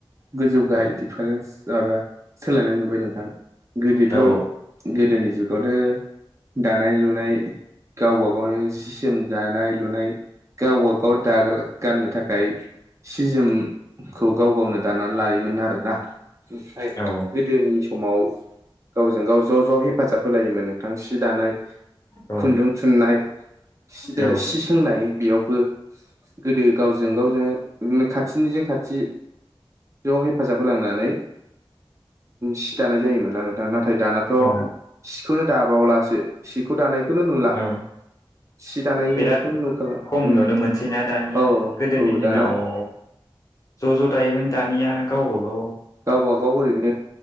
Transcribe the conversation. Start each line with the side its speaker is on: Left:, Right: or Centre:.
Right: गोजौ गाहाय दिडिफारेन्स माबा सोलायनाय नुबाय नोंथां गोदोथ'
Left: औ
Right: गोदोनि जुगावथ दानाय लुनाय गावबा गावनो जि जोम दानाय लुनाय गावबा गाव दाग्रा गाननो थाखाय थाखाय सि जोम खौ गाव गावनो दाननानै लायोमोन आरोना ओमफ्राय
Left: औ
Right: गोदोनि समाव गावजों गाव ज' ज' हेफाजाब होलायोमोन नोंथां सि दानाय
Left: औ
Right: खुन्दुं थुननाय जेरै
Left: औ
Right: सि सोंनाय बेयावबो गोदो गाव जों गाव जोङोनो खाथिनिजों खाथि ज' हेफाजाब होलांनानै सि दानाय जायोमोन नोंथां। नाथाय दाना थ
Left: औ
Right: सिखौनो दाबावलासो सिखौ दानायखौनो नुला
Left: औ
Right: सि दानायखौनो
Left: बिराद
Right: नुखाला
Left: खम
Right: उम
Left: नुनो मोनसैना दानिया
Right: औ
Left: गोदोनि
Right: औ दाना
Left: दिनाव ज' ज' दायोमोन दानिया गावबागाव
Right: गावबागाव ओरैनो